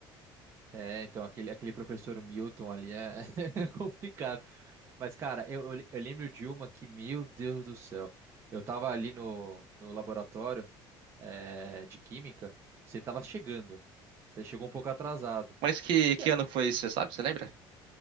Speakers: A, on the right; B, on the right.
A: É, então, aquele, aquele professor Milton ali é <laughs> complicado. Mas, cara, eu, eu, eu lembro de uma que, meu Deus do céu, eu tava ali no, no laboratório é, de química, você tava chegando, você chegou um pouco atrasado.
B: Mas que, que
A: E aí,
B: ano que foi isso, você sabe? Você lembra?